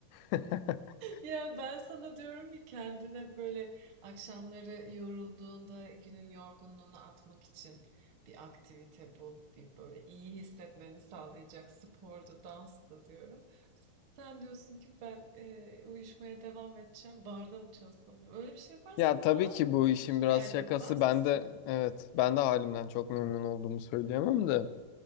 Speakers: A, on the left (about 80°); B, on the right (about 50°).
A: <laughs>
B: Ya ben sana diyorum ki kendine böyle akşamları yorulduğunda günün yorgunluğunu atmak için bir aktivite bul, bir böyle iyi hissetmeni sağlayacak spordu, danstı diyorum. Sen diyorsun ki ben e, uyuşmaya devam edeceğim, barda mı çalışsam? diyor. Öyle bir şey yaparsan
A: Ya tabii
B: daha
A: ki bu
B: çok
A: işin
B: şikayet
A: biraz şakası.
B: etmez
A: Ben
B: misin?
A: de evet ben de halimden çok memnun olduğumu söyleyemem de.